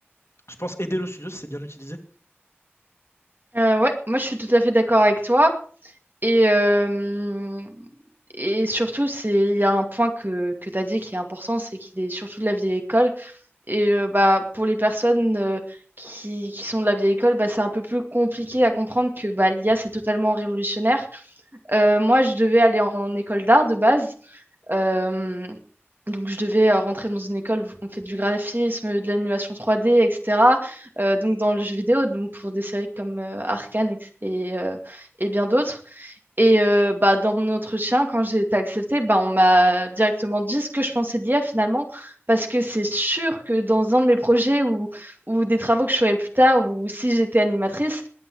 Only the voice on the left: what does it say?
je pense, aider le studio si c'est bien utilisé.